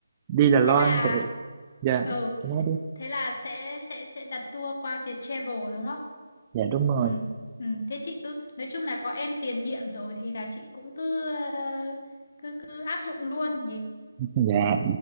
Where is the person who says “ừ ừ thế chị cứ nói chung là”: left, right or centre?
Left